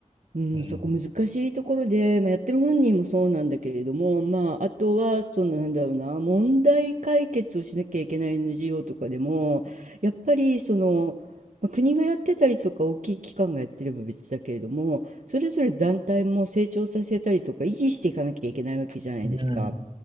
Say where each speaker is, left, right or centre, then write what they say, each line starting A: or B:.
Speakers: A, on the right; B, on the right.
A: うん、
B: うん。
A: そこ難しいところで、まあ、やってる本人もそうなんだけれども、まあ、あとは、そのなんだろうな、問題解決をしなきゃいけない NGO とかでも、やっぱりその、まあ国がやってたりとか大きい機関がやってれば別だけれども、それぞれ団体も成長させたりとか維持していかなきゃいけないわけじゃないですか。
B: うん。